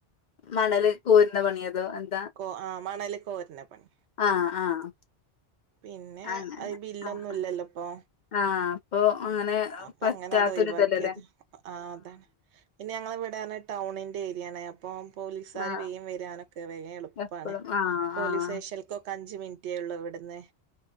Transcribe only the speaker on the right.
ഓ ആഹ് മണല് കോര്ണ പണി.
പിന്നെ
അത് ബില്ലൊന്നും
ഇല്ലല്ലോ ഇപ്പൊ
അപ്പ
അങ്ങനെ അത് ഒഴിവാക്കി അത് ആഹ് അതെന്നെ പിന്നെ ഞങ്ങളെവടെറ്ഞ്ഞ ടൗണിന്റെ ഏര്യാണ് അപ്പം പോലീസാര്
വേം വരാനൊക്കെ വേം എളുപ്പാണ്
പോലീസ്
സ്റ്റേഷ ന്ക്കൊക്കെ അഞ്ച് മിനിറ്റേ ഒള്ളൂ ഇവട്ന്ന്